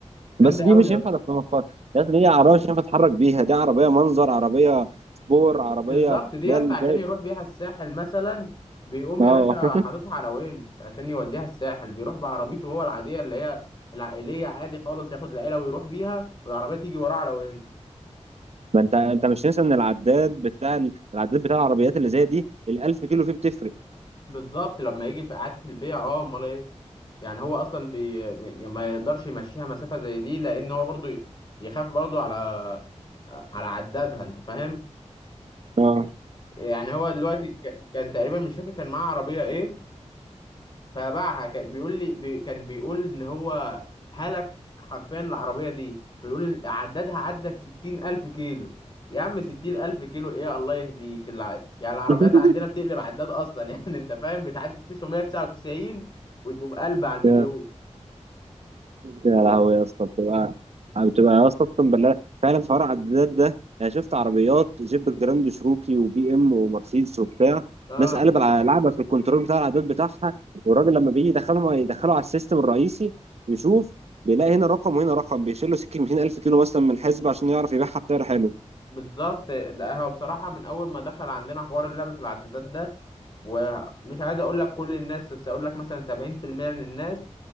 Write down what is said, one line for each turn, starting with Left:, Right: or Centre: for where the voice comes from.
Left: جامده
Right: بس دي
Left: قوي
Right: مش
Left: يا
Right: ينفع
Left: اسطى
Right: تصنفها فرد يا اسطى دي عربيه مش ينفع تتحرك بيها دي عربيه منظر عربيه سبور عربيه
Left: بالظبط دي
Right: لا
Left: يا اسطى
Right: اللي
Left: عشان
Right: زي
Left: يروح بيها الساحل مثلا بيقوم
Right: اه
Left: يا باشا
Right: <laughs>
Left: حاططها على ونش عشان يوديها الساحل بيروح بعربيته هو العاديه اللي هي العائليه عادي خالص ياخد العيله ويروح بيها والعربيه تيجي وراه على ونش
Right: ما انت انت مش ننسى ان العداد بتاع العداد بتاع العربيات اللي زي دي ال 1000 كيلو فيه بتفرق
Left: بالظبط لما يجي في اعاده البيع اه امال ايه يعني هو اصلا بي... بي- يعني ما يقدرش يمشيها مسافه زي دي لان هو برضه يخاف برضه على على عدادها انت فاهم
Right: اه
Left: يعني هو دلوقتي ك- كان تقريبا مش فاكر كان معاه عربية ايه فباعها كان بيقول لي بي كان بيقول ان هو هلك حرفيا العربية دي بيقول عددها عدى الستين ألف كيلو يا عم ستين ألف كيلو ايه الله يهديك الع... يعني العربيات
Right: <laughs>
Left: عندنا بتقلب عداد أصلا <laughs> يعني أنت فاهم بتعدي 999 وتقوم قلب على المليون
Right: يا يا
Left: ده
Right: لهوي
Left: انت
Right: يا اسطى بتبقى بتبقى يا اسطى اقسم بالله فعلا حوار العدادات ده انا شفت عربيات جيب جراند شروكي وبي ام ومرسيدس وبتاع
Left: اه
Right: ناس قلب على لعبه في الكنترول بتاع العداد بتاعها والراجل لما بيجي يدخلهم يدخله على السيستم الرئيسي يشوف بيلاقي هنا رقم وهنا رقم بيشيل له سكه 200000 كيلو مثلا من الحزب عشان يعرف يبيعها بسعر حلو
Left: بالظبط لا هو بصراحة من أول ما دخل عندنا حوار اللعب في العدادات ده ومش عايز أقول لك كل الناس بس أقول لك مثلا 70% من الناس